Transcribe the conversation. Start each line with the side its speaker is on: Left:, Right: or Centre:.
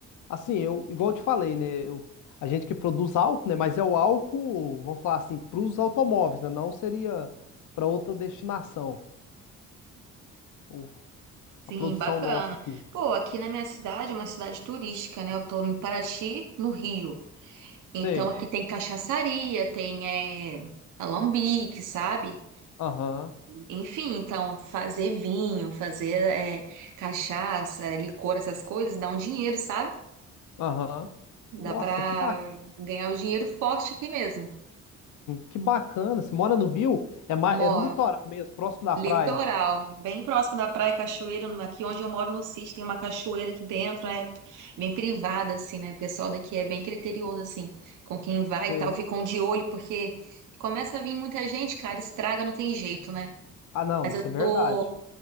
Left: Assim, eu, igual eu te falei, né? Eu, a gente que produz álcool, né? Mas é o álcool, vamos falar assim, para os automóveis, né? Não seria para outra destinação, o-
Right: Sim,
Left: a produção
Right: bacana.
Left: nossa aqui.
Right: Pô, aqui na minha cidade, é uma cidade turística, né? Eu tô em Paraty, no Rio.
Left: Sei.
Right: Então aqui É. tem cachaçaria, tem é, alambique, sabe?
Left: Aham,
Right: Enfim, então fazer vinho, fazer é, cachaça, licor, essas coisas, dá um dinheiro, sabe?
Left: aham.
Right: Dá
Left: Nossa,
Right: pra
Left: que bacana.
Right: ganhar o dinheiro forte aqui mesmo.
Left: Que bacana. Você mora no Rio? É, ma-
Right: Moro.
Left: é no litoral mesmo, próximo da
Right: Litoral,
Left: praia.
Right: bem próximo da praia, cachoeira, no- aqui onde eu moro no Cis, tem uma cachoeira aqui dentro, é bem privada, assim, né? O pessoal daqui é bem criterioso, assim, com quem vai
Left: Sei.
Right: e tal, ficam de olho, porque começa a vir muita gente, cara, estraga, não tem jeito, né?
Left: Ah, não,
Right: Mas
Left: isso
Right: eu tô,
Left: é verdade.